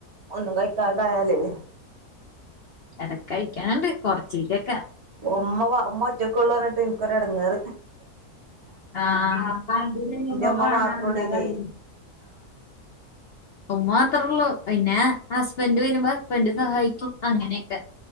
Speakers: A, on the right; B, on the left.
A: ഒന്നും കഴിക്കാണ്ടായാലേ
B: എടക്ക് കഴിക്കാനുണ്ട് കൊറച്ചക്കേ
A: ഉമ്മ ഉമ്മ ഒറ്റക്കെ ഉള്ളു പറഞ്ഞിട്ട് എനിക്കൊരു ഇടങ്ങേർ
B: ആഹ് ആഹ്
A: ഉമ്മ മാത്രള്ളേനേ
B: ഉമ്മ മാത്രേള്ളു പിന്നെ ഹസ്ബൻഡ് വരുമ്പോ ഹസ്ബൻഡ് സഹായിക്കും അങ്ങനെക്കെ